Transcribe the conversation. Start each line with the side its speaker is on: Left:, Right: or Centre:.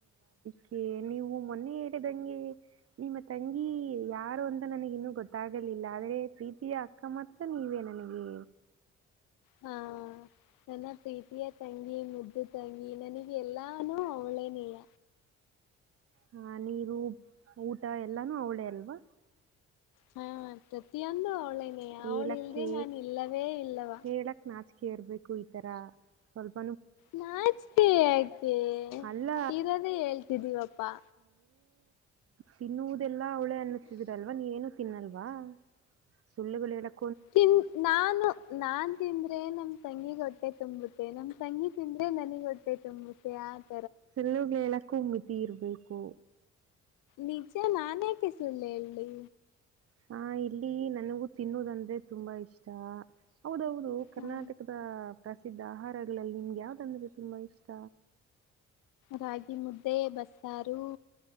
Right: ಕೆ ನೀವು ಮೊನ್ನೆ ಹೇಳಿದಂಗೆ ನಿಮ್ಮ ತಂಗಿ ಯಾರು ಅಂತ ನನಗ ಇನ್ನುೂ ಗೊತ್ತಾಗಲಿಲ್ಲ ಆದ್ರೆ ಪ್ರೀತಿಯ ಅಕ್ಕ ಮಾತ್ರ ನೀವೇ ನನಗೆ.
Left: ಹಾ ನನ್ನ ಪ್ರೀತಿಯ ತಂಗಿ ಮುದ್ದು ತಂಗಿ ನನಗೆ ಎಲ್ಲಾನು ಅವಳೇನಿಲ್ಲ.
Right: ಹಾ ನೀರು ಊಟ ಎಲ್ಲಾನು ಅವಳೇ ಅಲ್ವಾ.
Left: ಹಾ ಪ್ರತಿಯೊಂದು ಅವಳೇನೆೇ
Right: ಹೇಳಕ್ಕೆ
Left: ಅವಳು ಇಲ್ದೆೇ ನಾನು ಇಲ್ಲವೇ ಇಲ್ಲವ.
Right: ಹೇಳಕ್ ನಾಚಿಕೆ ಇರಬೇಕು ಈ ತರ ಸ್ವಲ್ಪ
Left: ನಾಚಕೆ ಯಾಕೆ
Right: ಅಲ್ಲ
Left: ಇರೋದೇ ಹೇಳ್ತಿದೀವಪ್ಪಾ.
Right: ತಿನ್ನು ದೆಲ್ಲ ಅವಳೆ ಅನ್ನುತ್ತಿದರಲ್ವ ನೀ ಏನು. ತಿನ್ನವ್ಲ. ವಾ ಸುಳ್ಳುಬಲಿ ಹೇಳುಕ್
Left: ತಿನ್ ನಾನು ನಾನ್ ತಿಂದ್ರೆ ನಮ್ ತಂಗೀಗ ಹೊಟ್ಟೆ ತುಂಬುತ್ತೆ ನಮ್ ತಂಗಿ ತಿಂದ್ರೆ ನನಿಗ ಹೊಟ್ಟೆ ತುಂಬುತ್ತೆ. ಮೂಧೆ <inaudible>
Right: ಸುಲ್ಲುಗ್ಗಳ ಎಲ್ಲಕ್ಕೂ್ ತೀರ್ಬೇಕು
Left: ನಿಜ ನಾನೇ ಸುಳ್ಳ ಹೇಳಿ
Right: ಹ ಇಲ್ಲಿ ನನಗೂ ತಿನ್ನೋದಂದ್ರೆ ತುಂಬಾ ಇಷ್ಟ. ಹೌದೌದು ಕರ್ನಾಟಕದ
Left: ಹಾ
Right: ಪ್ರಸಿದ್ಧ ಆಹಾರಗಳಲ್ಲಿ ನಿಮ್ಗೆ ಯಾವ್ದಂದ್ರೆ ತುಂಬಾ ಇಷ್ಟ.
Left: ರಾಗಿ ಮುದ್ದೆ ಬಸ್ಸ್ರಾರ ಹ